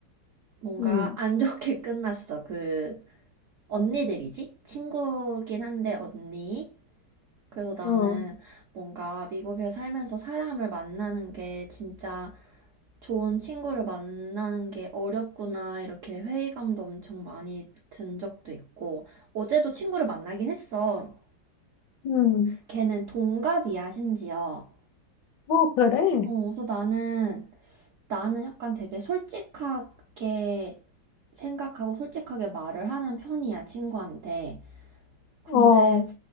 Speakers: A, on the right (about 75°); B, on the left (about 70°).
A: 뭔가
B: 응,
A: 안 좋게 <laughs> 끝났어. 그 언니들이지? 친구긴 한데 언니. 그래서 나는
B: 어,
A: 뭔가 미국에 살면서 사람을 만나는 게 진짜 좋은 친구를 만나는 게 어렵구나, 이렇게 회의감도 엄청 많이 든 적도 있고, 어제도 친구를 만나긴 했어.
B: 응.
A: 걔는 동갑이야, 심지어.
B: 어, 그래?
A: 어, 그래서 나는, 나는 약간 되게 솔직하게 생각하고 솔직하게 말을 하는 편이야, 친구한테. 근데
B: 어,